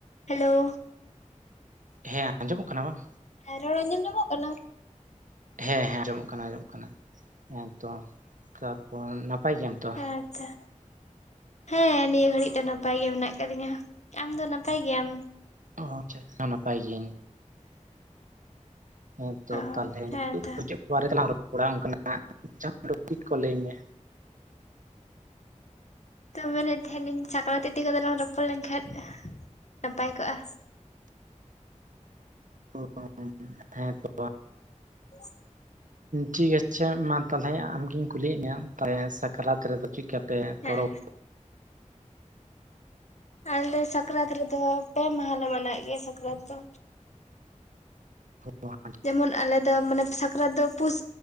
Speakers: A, on the left; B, on the right.
A: Hello
B: ᱦᱮᱸ ᱟᱸᱡᱚᱢᱚᱜ ᱠᱟᱱᱟ ᱵᱟᱝ
A: ᱮ ᱨᱚᱲ ᱟᱸᱡᱚᱢ ᱧᱟᱢᱚᱜ ᱠᱟᱱᱟ
B: ᱦᱮᱸ ᱦᱮᱸ ᱟᱸᱡᱚᱢᱚᱜ ᱠᱟᱱᱟ ᱟᱸᱡᱚᱢᱚᱜ ᱠᱟᱱᱟ ᱦᱮᱸ ᱛᱚ᱾ ᱛᱟᱨᱯᱚᱨ ᱱᱟᱯᱟᱭ ᱜᱮᱭᱟᱢ ᱛᱚ᱾
A: ᱟᱪᱪᱷᱟ ᱦᱮᱸ ᱱᱤᱭᱟᱹ ᱜᱷᱟᱹᱲᱤᱡ ᱫᱚ ᱱᱟᱯᱟᱭ ᱜᱮ ᱢᱮᱱᱟᱜ ᱟᱠᱟᱫᱤᱧᱟ᱾ ᱟᱢ ᱫᱚ ᱱᱟᱯᱟᱭ ᱜᱮᱭᱟᱢ?
B: ᱚ ᱟᱪᱪᱷᱟ ᱱᱟᱯᱟᱭ ᱜᱤᱭᱟᱹᱧ ᱦᱮᱸ ᱛᱚ
A: ᱚ
B: ᱛᱟᱦᱚᱞᱮ ᱱᱤᱛᱚᱜ
A: ᱦᱮᱸ ᱛᱚ
B: ᱪᱮᱫ ᱵᱟᱨᱮ ᱛᱮᱞᱟᱝ ᱨᱚᱯᱚᱲᱟ ᱚᱱᱠᱟᱱᱟᱜ ᱴᱚᱯᱤᱠ ᱠᱚ ᱞᱟᱹᱭ ᱢᱮ᱾
A: ᱛᱚ ᱢᱮᱱᱼᱮᱫ ᱛᱟᱦᱮᱞᱤᱧ ᱥᱟᱠᱨᱟᱛ ᱤᱫᱤ ᱠᱟᱛᱮᱜ ᱞᱟᱝ ᱨᱚᱯᱚᱲ ᱞᱮᱠᱦᱟᱱ ᱱᱟᱯᱟᱭ ᱠᱚᱜᱼᱟ᱾
B: ᱦᱳᱭ <unintelligible> ᱦᱮᱸ ᱛᱚ
A: <inaudible>
B: ᱴᱷᱤᱠ ᱟᱪᱷᱮ ᱢᱟ ᱛᱟᱦᱚᱞᱮ ᱟᱢᱜᱤᱧ ᱠᱩᱞᱤᱭᱮᱫ ᱢᱮᱭᱟ᱾ ᱥᱟᱠᱨᱟᱛ ᱨᱮᱫᱚ ᱪᱮᱠᱟ ᱯᱮ ᱯᱚᱨᱚᱵᱽ
A: ᱦᱮᱸ ᱟᱞᱮ ᱥᱟᱠᱨᱟᱛ ᱨᱮᱫᱚ ᱯᱮ ᱢᱟᱦᱟᱞᱮ ᱢᱟᱱᱟᱣ ᱭᱮᱫ ᱜᱮᱭᱟ ᱥᱟᱠᱨᱟᱛ ᱫᱚ
B: <unintelligible>
A: ᱡᱮᱢᱚᱱ ᱟᱞᱮ ᱫᱚ ᱢᱟᱱᱮ ᱥᱟᱠᱨᱟᱛ ᱫᱚ ᱯᱩᱥ